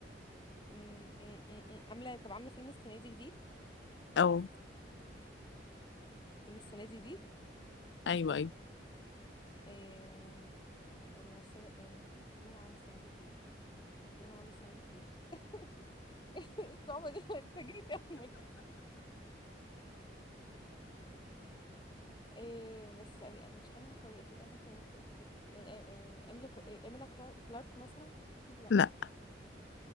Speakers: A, on the left; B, on the left.
A: م- م- م- م- عاملة طب عاملة فيلم السنة دي جديد
B: أو
A: فيلم السنة دي
B: أيوه أيوه
A: جديد الممثلة آه، مين عامل السنة دي جديد؟ مين عامل السنة دي جديد؟ <laughs> الصعوبة دي أنا اتفاجئت أول إيه بس آه، مش أنا هتوي أكيد أنا هتوي فوق أكيد إيه إيه إيه إيميلي كلا- إيه، إيميلا كلا- كلارك مثلا أكيد لأ
B: لا